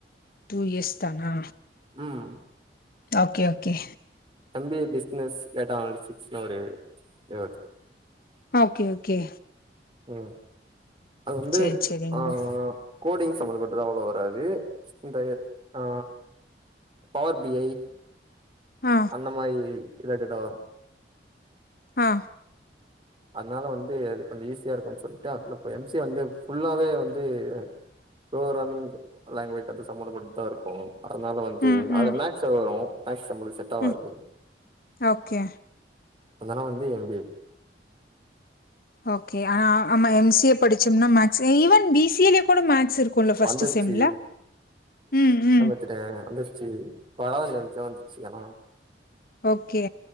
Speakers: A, on the left (about 55°); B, on the right (about 30°).
A: டூ இயஸ் தானா
B: ம்
A: okay okay
B: M B A business data அனலிஃபிக்ஸ்னு ஒரு இது
A: ஓகே ஓகே
B: ம் அது வந்து
A: சேரி சேரிங்
B: ஆ
A: ப்ரோ
B: கோடிங் சம்பந்தப்பட்டுதலா அவ்ளோவா வராது இந்தயே ஆ பவர் பி ஐ
A: ஆ
B: அந்ந மாரி இல்லா டேட்டா வரு
A: ஹா
B: அத்னால வந்து அது கொஞ்சோ ஈஸியா இருக்குன் சொல்ட்டு அதுல போயி எம் சி ஏ வந்து ஃபுல்லாவே வந்து எ ப்ரோராமிங் லாங்குவேஜ் அது சம்மந்தப்பட்டுதா இருக்கோ அதனால வந்து
A: ம்
B: அத
A: ம்
B: மேக்ஸ்ச வரு மேக்ஸ் சம்பள்க் செட் ஆவாது
A: ம் ஓகே
B: அந்தனா வந்து எம் பி ஏ
A: ஓகே ஆனா ஆமா எம் சி ஏ படிச்சோம்னா maths even B C A லயே கூட மேக்ஸ் இருக்கோ குல்ல ஃபஸ்ட்டு
B: வந்துச்சு
A: சிம்ல உம் உம்
B: திட்டே வந்துச்சி பவால நென்ச்ச வந்துச்சி அணா
A: ஓகே